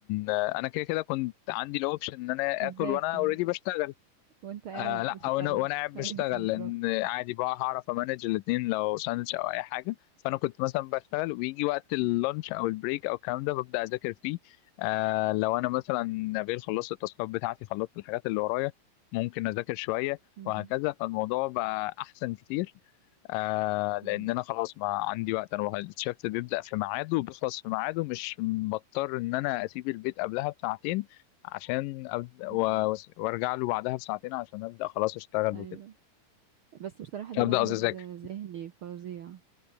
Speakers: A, on the left; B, on the right.
A: آه، انا كده كده كنت عندي الاوبشن ان انا
B: بتذاكر
A: اكل وانا اوريدي بشتغل
B: وانت قاعد
A: آه لا
B: بتشتغل
A: وانا وانا قاعد
B: <laughs>
A: بشتغل
B: ايوه بالظبط
A: لان عادي بقى هعرف امانج الاثنين لو ساندوتش او اي حاجه فانا كنت مثلا بشتغل ويجي وقت اللانش
B: م.
A: او البريك او الكلام ده ببدا اذاكر فيه آه لو انا مثلا نبيل خلصت التاسكات بتاعتي خلصت الحاجات اللي ورايا ممكن اذاكر شويه
B: م.
A: وهكذا فالموضوع بقى احسن كتير آه لان
B: م.
A: انا خلاص ما عندي وقت انا بخ- الشفت بيبدا في ميعاده وبيخلص في ميعاده مش بضطر ان انا اسيب البيت قبلها بساعتين عشان ابدا
B: م.
A: و- وس- وارجع له بعدها بساعتين عشان ابدا خلاص اشتغل
B: ايوه
A: وكده
B: بس بصراحة ده
A: ابدا
B: مجهود
A: قصدي اذاكر
B: ذهني فظيع